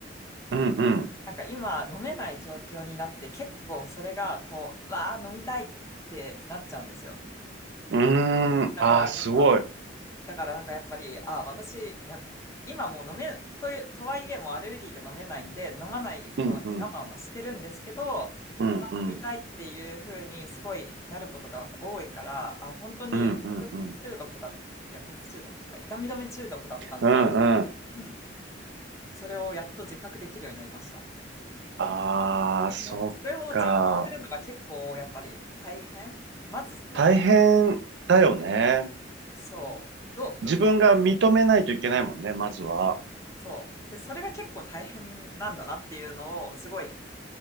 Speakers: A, on the right; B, on the left.
A: うん。うん。
B: なんか今飲めない状況になって結構それがこう、わあ飲みたいってなっちゃうんですよ。
A: うん。うーん。
B: だからなんか
A: ああ、すごい。
B: だからなんかやっぱり、ああ、私、や、今もう飲め、という、とはいえもうアレルギーで飲めないんで、飲まないように我慢はしてるんですけど、
A: うん。うん。うん。
B: うわ、
A: うん。
B: 飲みたいっていうふうにすごいなることが多いから、あ、本当に薬物中毒だ、
A: うん。うん。うん。
B: 薬物中毒っていうか、痛み止め中毒だったんだな、
A: うんうん。
B: うん、それをやっと自覚できるようになりました。
A: ああ、そっか。
B: もうそれを自覚するのが結構やっぱり大変。まず多分、
A: 大変だよね。
B: そう、ど、ど、
A: 自分が認めないといけないもんね、まずは。
B: そう。で、それが結構大変なんだなっていうのを、すごい